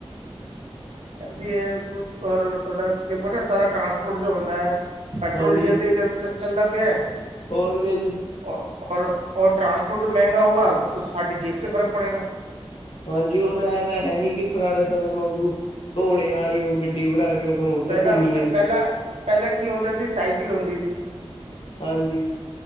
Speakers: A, on the right (about 85°); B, on the left (about 60°).
A: ਇਹ ਵੀ ਏ <unintelligible> ਤੁਹਾਡਾ ਦੇਖੋ ਨਾ ਸਾਰਾ ਟਰਾਂਸਪੋਰਟ ਜੋ ਹੁੰਦਾ ਹੈ ਪੈਟਰੋਲ
B: ਹਾਂਜੀ
A: ਡੀਜ਼ਲ ਤੇ ਚਲ ਚ ਚੱਲਦਾ ਪਿਆ ਹੈ
B: ਹੋਰ ਕਿਆ ਜੀ
A: ਔ ਔਰ ਔਰ ਟਰਾਂਸਪੋਰਟ ਜੋ ਮਹਿੰਗਾ ਹੋਗਾ ਸ ਸਾਡੀ ਜੇਬ ਚ ਫ਼ਰਕ ਪੜੇਗਾ
B: ਹਾਂਜੀ ਉਹ ਨਾ ਇਹ ਤਾਂ ਹੈ ਨੀ ਕਿ ਪੁਰਾਣੇ ਸਮੇਂ ਮੰਗੂ ਘੋੜੇ ਵਾਲੇ ਹੋ ਗੱਡੀ ਬਣਾ ਕੇ ਹੁਣ ਉਥੇ
A: ਪਹਿਲਾਂ
B: ਘੁੰਮੀਏ ਅਸੀਂ
A: ਪਹਿਲਾਂ ਪਹਿਲਾਂ ਕੀ ਹੁੰਦਾ ਸੀ ਸਾਈਕਲ ਹੁੰਦੀ ਸੀ
B: ਹਾਂਜੀ